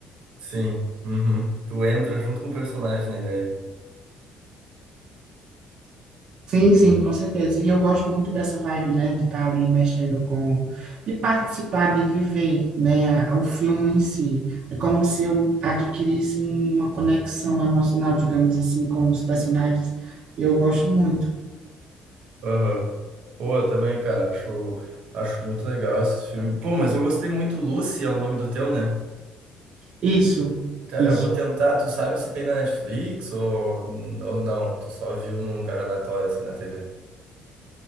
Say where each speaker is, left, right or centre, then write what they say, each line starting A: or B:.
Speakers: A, on the right; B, on the right.
A: Sim. Uhum. Tu entra junto com o personagem na ideia.
B: Sim, sim, com certeza. E eu gosto muito dessa vibe, né, de estar ali mexendo com, de participar, de viver, né, o filme em si. É como se eu adquirisse uma conexão emocional, digamos assim, com os personagens. Eu gosto muito.
A: Aham. Pô, eu também, cara, acho, acho muito legal esse filme. Pô, mas eu gostei muito. Lucy é o nome do teu, né?
B: Isso,
A: Cara,
B: isso.
A: eu vou tentar. Tu sabe se tem na Netflix ou, ou não? Tu só viu num lugar aleatório, assim, na TV.